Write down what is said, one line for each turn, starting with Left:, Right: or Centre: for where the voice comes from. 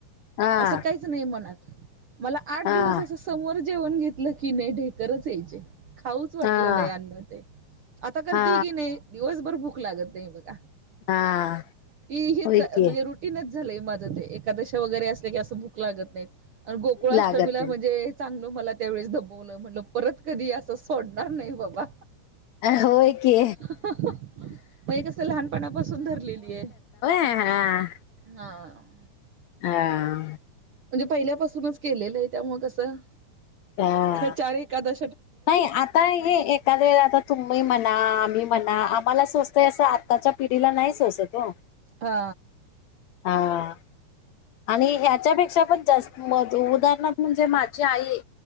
Left: हा
Right: असं काहीच नाही मनात मला आठ
Left: हा
Right: दिवस असं समोर जेवण घेतलं की ने ढे खच यायचे खाऊच वाटलं
Left: हा
Right: नाही अन्न ते आता करते
Left: हा
Right: की नाही दिवसभर भूक लागत नाही, बघा
Left: हा
Right: ती हीच
Left: होय
Right: म्हणजे
Left: की
Right: रुटीनच झा माझ ते एकादश वगैरे अस की अस भूक लागत नाही आणि गोकुष्टमीला
Left: लागत नाही.
Right: म्हणजे, चांगल मला त्यावेेळेस दमवलं म्हणल परत कधी असं सोडणार नाही बाबा.
Left: होय की
Right: ह ह ह पई कस लहानपणापासून धरलेली आहे.
Left: ह हा.
Right: हा.
Left: हा.
Right: म्हणजे पहिल्यापासूनच केलेलं आहे त्यामुळ कसं
Left: हा
Right: हे चार एकादा
Left: नाही आता हे एखाद वेळेला आता तुम्ही म्हणा आम्ही म्हणा आम्हाला सोसतय असं आत्ताच्या पिढीला नाही सोसत ओ.
Right: हा.
Left: हा. आणि ह्याच्यापेक्षा पण जास्त म उदाहरण म्हणजे माझी आई